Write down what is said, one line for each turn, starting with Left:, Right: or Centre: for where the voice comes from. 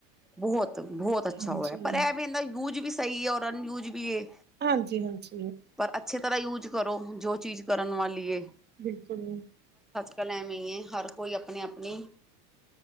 Centre: ਬਹੁਤ ਬਹੁਤ ਅੱਛਾ
Right: ਹਾਂਜੀ
Centre: ਹੋਆ ਪਰ ਐਹ ਵੈ ਨਾ ਯੂਜ ਵੀ ਸਹੀ ਐ ਔਰ ਅਨਯੂਜ ਵੀ ਐ।
Right: ਹਾਂਜੀ ਹਾਂਜੀ
Centre: ਪਰ ਅੱਛੇ ਤਰ੍ਹਾਂ ਯੂਜ ਕਰੋ ਜੋ ਚੀਜ਼ ਕਰਨ ਵਾਲੀ ਏ
Right: ਬਿਲਕੁਲ
Centre: <unintelligible> ਹਰ ਕੋਈ ਆਪਣੇ ਆਪਣੀ